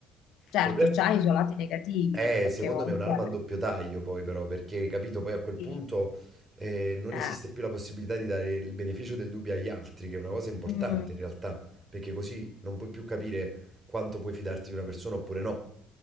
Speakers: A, on the left; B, on the right.
A: Certo,
B: problema...
A: c'ha i suoi lati negativi,
B: Eh,
A: perché
B: secondo
A: comunque
B: me è un'arma a doppio taglio poi però, perché capito, poi a quel punto
A: sì,
B: eh, non
A: eh,
B: esiste più la possibilità di dare il beneficio del dubbio agli altri, che è una cosa importante
A: mm,
B: in realtà, perché così non puoi più capire quanto puoi fidarti di una persona oppure no.